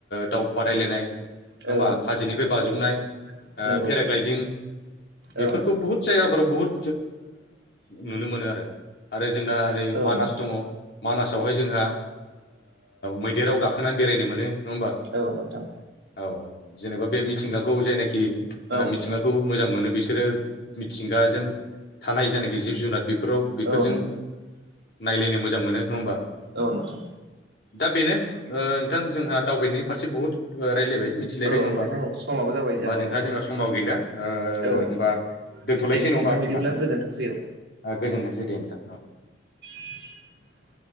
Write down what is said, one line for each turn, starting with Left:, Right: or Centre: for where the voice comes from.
Left: दाउ बादायलायनाय नङा
Right: औ
Left: होमबा
Right: नोंथां
Left: हाजोनिफ्राय बाजुमनाय
Right: औ नंगौ
Left: पेराग्लायदिं
Right: नोंथां
Left: बेफोरखौ
Right: औ नोंथां
Left: बुहुत जायगाफोराव बुहुद नुनो मोनो आरो आरो जोंना ओरै
Right: औ
Left: मानास
Right: नोंथां
Left: दङ मानासावहाय जोंहा मैदेराव गाखोनानै बेरायनो मोनो नङा होमबा
Right: औ नोंथां औ नोंथां
Left: औ जेनेबा बे मिथिंगाखौ जायनाखि
Right: औ
Left: मिथिंगाखौ
Right: नोंथां
Left: मोजां मोनो बिसोरो मिथिंगाजों थानाय जायनाखि जिब जुनार बे बेफोराव बेफोरजों
Right: औ
Left: नायलायनो मोजां मोनो नङा होमबा
Right: औ नोंथां
Left: दा बेनो नोंथां जोंहा दावबायनायनि फारसे बुहुत रायज्लायबाय मिथिलायबाय
Right: औ
Left: नङा
Right: नोंथां
Left: होमबा होमबा
Right: औ समाबो जाबाय औ
Left: नोंहा
Right: नोंथां
Left: जोंहा समाव गैला होनोमबा
Right: औ नोंथां
Left: दोन्थलायसै
Right: दे
Left: नङा
Right: नोंथां
Left: हबा नोंथां
Right: बिदिब्ला गोजोनथोंसै औ
Left: गोजोनथोंसै दे नोंथां औ
Right: <inaudible>